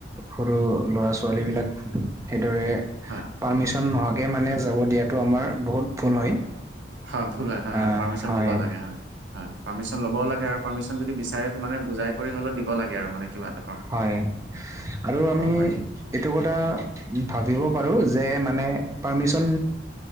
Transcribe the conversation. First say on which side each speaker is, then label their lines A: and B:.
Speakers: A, on the right; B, on the right.
A: সৰু ল'ৰা ছোৱালী বিলাক সেই ৰে
B: হয়
A: পাৰ্মিচন নোহোৱাকে মানে যাব দিয়াটো আমাৰ বহুত ভুল হয়
B: হয় ভুল হয় হয় হয়
A: আহ
B: পাৰ্মিশন
A: হয়
B: দিব লাগে হয় হয় পাৰ্মিশন ল'বও লাগে আৰু পাৰ্মিশন যদি বিচাৰে মানে বুজাই হলেত দিব লাগে আৰু মানে কিবাত
A: হয় আৰু আমি
B: পাৰে
A: এইটো কথা ভাবিব পাৰো যে মা মানে পাৰ্মিচন